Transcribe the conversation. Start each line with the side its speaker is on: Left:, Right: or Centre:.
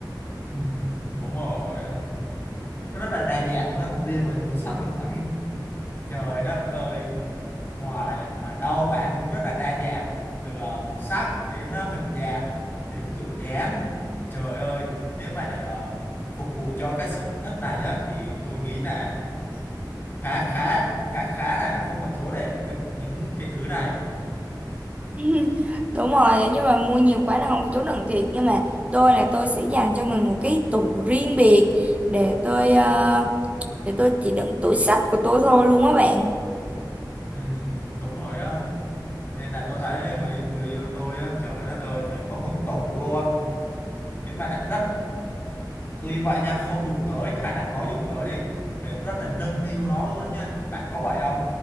Left: Ừ, đúng rồi á. nó rất là đa dạng luôn đó riêng về túi xách tôi thấy trời đất ơi ngoài ở đâu bạn cũng rất là đa dạng từ ờ, màu sắc đến ờ, hình dạng đến kiểu dáng trời ơi nếu mà để ờ, phục vụ cho cái sở thích này á thì tôi nghĩ là khá khá khá khá là không có chỗ để đựng những cái thứ này
Right: <laughs> đúng rồi nhưng mà mua nhiều quá là không có chỗ đựng thiệt nhưng mà tôi là tôi sẽ dành cho mình một cái tủ riêng biệt để tôi ờ, để tôi chỉ đựng tủ sách của tôi thôi luôn á bạn
Left: ừ, đúng rồi á nên là tôi thấy người người yêu tôi á trời đất ơi phải có một tủ luôn nhưng mà lại rất tuy vậy nha không dùng tới hay là có dùng tới đi đều rất là nâng niu nó luôn á nha bạn có vậy không